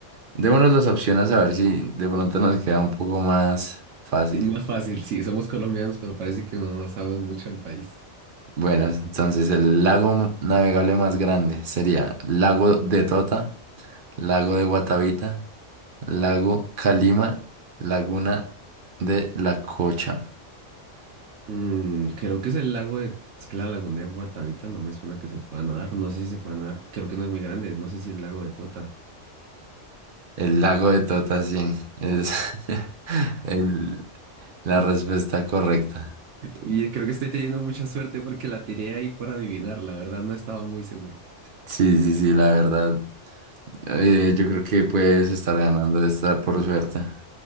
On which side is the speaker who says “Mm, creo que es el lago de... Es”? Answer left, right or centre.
Right